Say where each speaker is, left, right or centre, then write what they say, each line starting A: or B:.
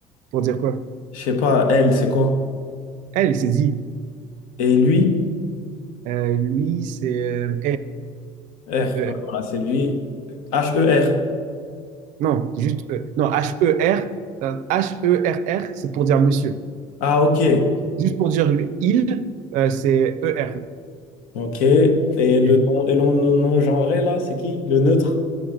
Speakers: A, on the right (about 65°); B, on the left (about 75°).
A: pour dire quoi?
B: Je sais pas, elle, c'est quoi?
A: Elle, c'est dit.
B: Et lui,
A: Euh, lui, c'est euh,
B: R. Ouais,
A: er.
B: Voilà, c'est lui, H-E-R.
A: Non, juste E. Non, H-E-R. euh, H-E-R-R, c'est pour dire monsieur.
B: Ah, ok.
A: Juste pour dire le- il, euh, c'est E-R.
B: Ok. Et le
A: Et
B: non, et l'on- non- non-genré, là, c'est qui? Le neutre?